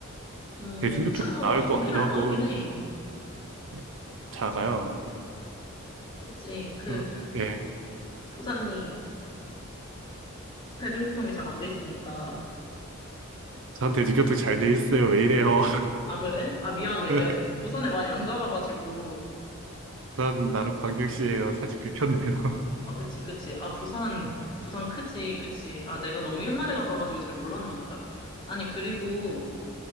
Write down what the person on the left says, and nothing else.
음,
차가
무조건
필요할
것 같긴 해.
그치. 그,
부산이 대중교통이 잘 안 돼 있으니까.
아, 그래? 아, 미안해.
내가 대- 부산에 많이 안 가봐가지고.
아, 그치, 그치. 아, 부산,
부산 크지, 그치. 아, 내가 너무 옛날에 가봐가지고 잘 몰랐나 보다. 아니, 그리고